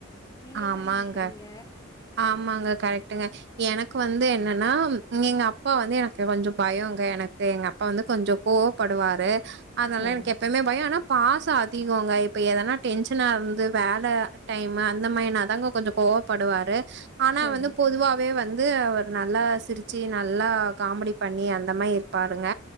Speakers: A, on the left; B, on the right.
A: நீங்கள்
B: ஆமாங்க
A: என்ன நினைக்கிறீங்க
B: ஆமாங்க கரெக்ட்டுங்க எனக்கு வந்து என்னனா எங்க அப்பா வந்து எனக்கு கொஞ்சோ பயங்க எனக்கு எங்க அப் அப்பா வந்து கொஞ்சோ கோவப்படுவாரு அதனால
A: சரி
B: எனக்கு எப்பமே பய ஆனா பாச அதிகங்க இப்ப எதனா டென்ஷனா இருந்து வேல டைம் அந் ந்த மாரினாதாங்க கொஞ்சோ கோவப்படுவாரு ஆனா
A: சரி
B: வந்து பொதுவாவே வந்து அவ நல்லா சிரிச்சு நல்லா காமெடி பண்ணி அந்த மாரி இருப்பாருங்க